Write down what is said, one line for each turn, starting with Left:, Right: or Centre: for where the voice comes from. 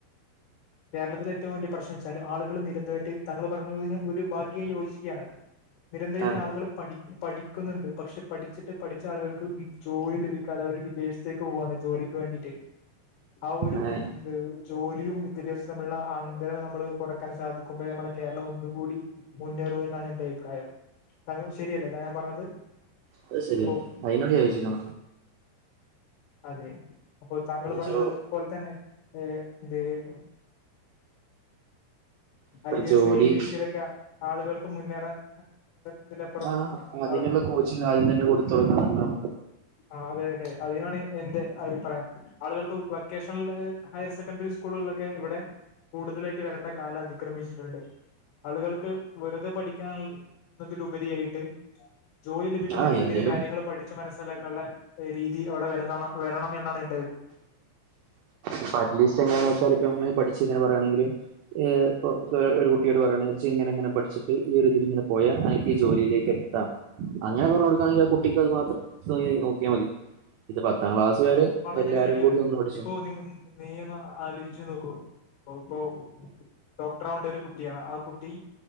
Left: കേരളത്തിലെ ഏറ്റവും വലിയ പ്രശ്നം വെച്ചാല് ആളുകള് നിരന്തരായിട്ട് താങ്കൾ പറഞ്ഞത് പോലെ തന്നെ ഒരു ഭാഗ്യായി യോജിക്കാണ് നിരന്തരായിട്ട്
Right: ആഹ്
Left: ആളുകള് പഠി പഠിക്കുന്നുണ്ട് പക്ഷെ പഠിച്ചിട്ട് പഠിച്ച ആളുകൾക്ക് ജോലി ലഭിക്കാതെ അവര് വിദേശത്തേക്ക് പോവാണ് ജോലിക്ക് വേണ്ടീട്ട് ആ ഒരു
Right: ആഹ്
Left: എന്ത് ജോലിയും വി വിദ്യാഭ്യാസം തമ്മിലുള്ള അ അന്തരം നമ്മള് കൊറക്കാൻ സാധിക്കുമ്പഴേ നമ്മള് കേരളം ഒന്നുംകൂടി മുന്നേറൂ എന്നാണ് എന്റെ അയി അഭിപ്രായം താങ്കള് ശെരിയല്ലേ ഞാൻ പറഞ്ഞത്
Right: അത് ശെരിയ
Left: ഓ
Right: അയിനോട് യോചിക്ക്ണു
Left: അതെ അപ്പോൾ താങ്കൾ പറഞ്ഞതും
Right: ജോ
Left: ഇപ്പോൾ തന്നെ ഏ ദേണു
Right: ഇപ്പ
Left: ഐ എസയും
Right: ജോലി
Left: യു പി എസീടേക്ക ആളുകൾക്ക് മുന്നേറാൻ ന്നതിലപ്പുറം
Right: ആ അതിനുള്ള
Left: അ
Right: കോച്ചിങ് ആദ്യം തന്നെ കൊടുത്ത് തുടങ്ങുന്നല്ലോ
Left: ആ അതെ അതെ അതിയാണ് എന്റെ അഭിപ്രായം ആളുകൾക്ക് വൊക്കേഷണൽ ഹയർ സെക്കൻ്ററി സ്കൂളിലൊക്കെ ഇവിടെ കൂടുതലായിട്ട് വരേണ്ട കാലം അതിക്രമിച്ചിട്ടുണ്ട് ആളുകൾക്ക് വെറുതെ പഠിക്കാൻ ന്നതിലുപരിയായിട്ട് ജോലി ലഭിക്കുന്ന
Right: ആഹ്
Left: രീതില്
Right: എന്തേലും
Left: കാര്യങ്ങള് പഠിച്ച് മനസ് ക്കള്ളെ രീതി അവിടെ വരുന്നണം വരണം എന്നാണ് എൻ
Right: ഇപ്പം അറ്റ്ലീസ്റ്റ് എങ്ങനാന്ന് വച്ചാൽ ഇപ്പം പഠിച്ചു ഇങ്ങനെ പറയാണോങ്കില് ഏ ഒര് ഒരു കുട്ടിയോട് പറയണം ഇജ്ജ് ഇങ്ങനെ ഇങ്ങനെ പഠിച്ചിട്ട് ഈ ഒരു ഇതിലിങ്ങനെ പോയാ അനക്ക് ഈ ജോലിയിലേക്ക് എ ത്താം അങ്ങനെ പറഞ്ഞ് കൊടുക്കാങ്കി ആ കുട്ടിക്കും അത് മാത്രം നോക്കിയ മതി ഇത് പത്താം ക്ലാസ് വരെ എല്ലാരും
Left: അത് ശെരിയാണ്
Right: കൂടി ഒന്ന് പഠിച്ചു
Left: ഇപ്പോ നിങ് നീ ഒന്ന് ആലോയിച്ച് നോക്കൂ ഇപ്പൊ ഡോക്ടർ ആവണ്ട ഒരു കുട്ടിയാണ് ആ കുട്ടി